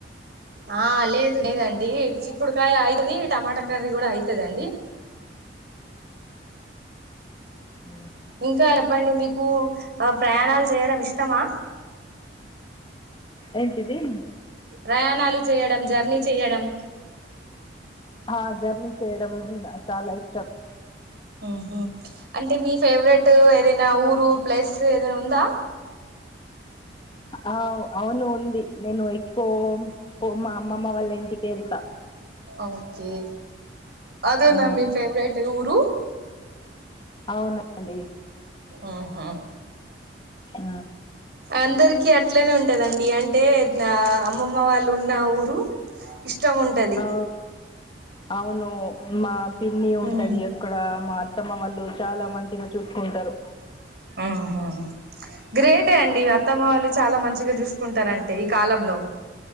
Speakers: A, on the right (about 60°); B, on the left (about 25°).
A: ఆ లేదు లేదండి చిక్కుడుకాయ అయితది టమాటా కర్రీ కూడా అయితదండి
B: ఉ
A: ఇంకా చెప్పండి మీకు ప్రయాణాలు చేయడం ఇష్టమా
B: ఏంటిదిీ
A: ప్రయాణాలు చేయడం జర్నీ చెయడం
B: ఆ జర్నీ చేయడం చాలా ఇష్టం
A: మ్ హు అంటే మీ ఫేవరెట్ ఏదైనా ఊరు ప్లేస్ ఏదైనా ఉందా
B: ఆ అవును ఉంది నేను ఎక్కువ మా అమ్మమ్మ వాళ్ళ ఇంటికి వెళ్తా
A: ఓకే అదేనా
B: ఆ,
A: మీ ఫేవరెట్ ఊరు
B: అవునండి
A: మ్ హు
B: ఆ
A: అందరికి ఇట్లనే ఉంటదండి అంటే అమ్మమ్మ వాళ్ళు ఉన్న ఊరు ఇష్టం ఉంటది
B: ఔ అవును మా పిన్ని ఉంటది
A: ఉ
B: అక్కడ మా అత్తమ్మ వాళ్ళు చాలా మం చూసుకుంటరు
A: ఆహా గ్రేటే అండి అత్తమ్మ వాళ్ళు చాలా మంచిగా చూసుకుంటరంటే ఈ కాలంలో